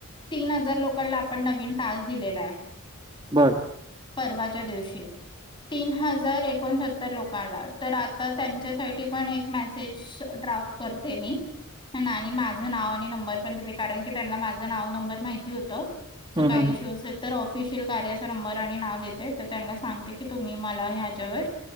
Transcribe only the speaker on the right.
बरं
हम्म
हम्म
हम्म.